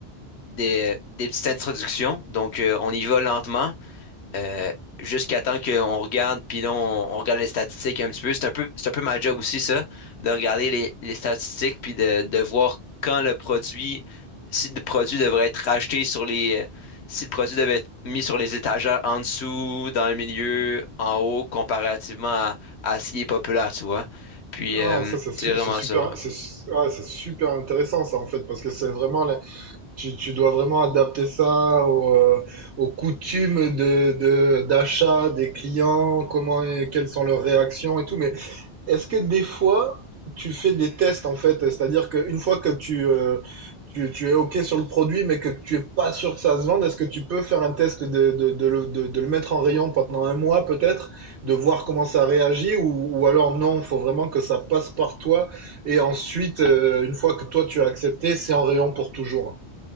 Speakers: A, on the left; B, on the right.
A: des, des petites introductions. Donc, euh, on y va lentement euh, jusqu'à temps qu'on regarde, puis là, on, on regarde les statistiques un petit peu. C'est un peu, c'est un peu ma job aussi, ça, de regarder les, les statistiques, puis de, de voir quand le produit, si le produit devrait être racheté sur les... euh, Si le produit devait être mis sur les étagères en dessous, dans le milieu, en haut, comparativement à, à ce qui est populaire, tu vois. Puis,
B: Ah,
A: euh,
B: ça c'est su-
A: c'est vraiment
B: c'est super,
A: ça. ouais.
B: c'est su- ah, c'est super intéressant ça en fait parce que c'est vraiment la- tu tu dois vraiment adapter ça au, euh, aux coutumes de de d'achat des clients, comment et- quelles sont leurs réactions et tout. Mais Est-ce que des fois, tu fais des tests en fait? C'est-à-dire qu'une fois que tu, euh, tu, tu es OK sur le produit, mais que tu es pas sûr que ça se vende, est-ce que tu peux faire un test de, de, de le, de- de le mettre en rayon pendant un mois peut-être, de voir comment ça réagit, ou, ou alors non, il faut vraiment que ça passe par toi, et ensuite, euh, une fois que toi tu as accepté, c'est en rayon pour toujours.